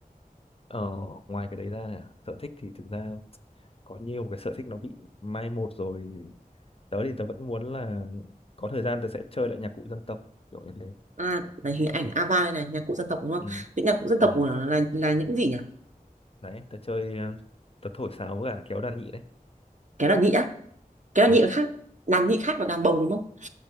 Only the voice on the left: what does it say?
Ờ, ngoài cái đấy ra à, sở thích thì thực ra có nhiều cái sở thích nó bị mai một rồi tớ thì tớ vẫn muốn là có thời gian tớ sẽ chơi lại nhạc cụ dân tộc kiểu như thế
ừ.
Ừ.
đấy tớ chơi ờ, tớ thổi sáo với cả kéo đàn nhị đấy
ừ